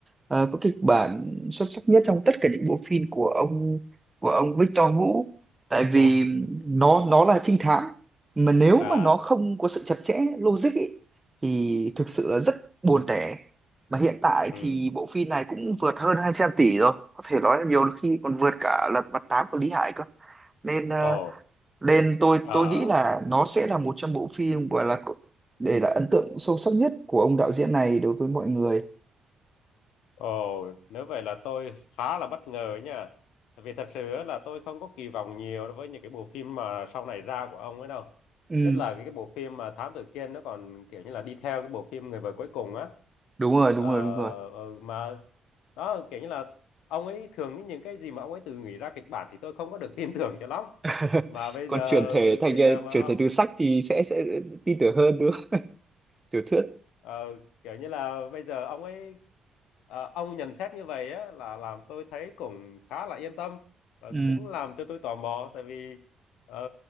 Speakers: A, on the right (about 15°); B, on the left (about 65°).
A: ờ, có kịch bản xuất sắc nhất trong tất cả những bộ phim của ông của ông Victor Vũ tại vì
B: ồ
A: nó nó là trinh thám mà nếu
B: à
A: mà nó không có sự chặt chẽ logic ý, thì thực sự là rất buồn tẻ mà hiện tại
B: ừ
A: thì bộ phim này cũng vượt hơn 200 tỷ rồi có thể nói là nhiều khi còn vượt cả Lật Mặt 8 của Lý Hải cơ nên ờ,
B: ồ
A: nên tôi
B: À,
A: tôi nghĩ là nó sẽ là một trong bộ phim gọi là c- để lại ấn tượng sâu sắc nhất của ông đạo diễn này đối với mọi người
B: ồ, nếu vậy là tôi khá là bất ngờ nha. Tại Vì thật sự á là tôi không có kỳ vọng nhiều đối với những cái bộ phim mà sau này ra của ông ấy đâu.
A: ừ
B: Nhất là cái, cái bộ phim mà Thám Tử Kiên nó còn kiểu như là đi theo cái bộ phim Người vợ cuối cùng á.
A: đúng rồi đúng
B: Ờ,
A: rồi đúng rồi
B: ờ, mà đó kiểu như là ông ấy thường những những cái gì mà ông ấy tự nghĩ ra kịch bản thì tôi không có được tin tưởng cho lắm.
A: <laughs>
B: Mà bây
A: còn
B: giờ
A: chuyển thể thành
B: bây
A: ờ,
B: giờ mà
A: chuyển
B: ông
A: thể từ sách thì sẽ sẽ tin tưởng hơn nữa tiểu thuyết
B: Ờ, kiểu như là bây giờ ông ấy ờ, ông nhận xét như vậy á là làm tôi thấy cũng khá là yên tâm và
A: ừ
B: cũng làm cho tôi tò mò tại vì ờ,